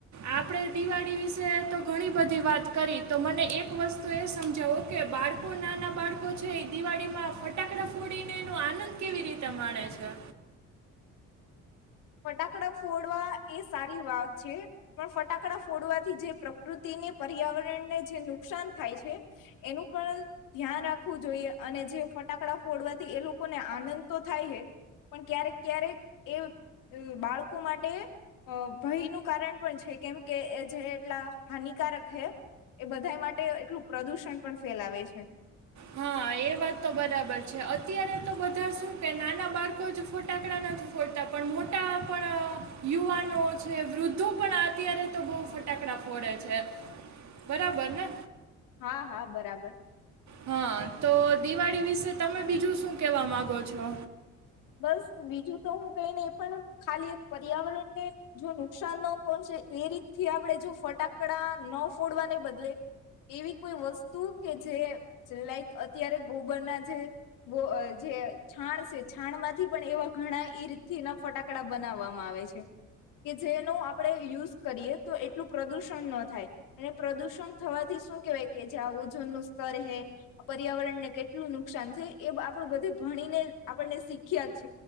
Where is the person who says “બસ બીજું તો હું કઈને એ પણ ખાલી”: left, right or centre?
Left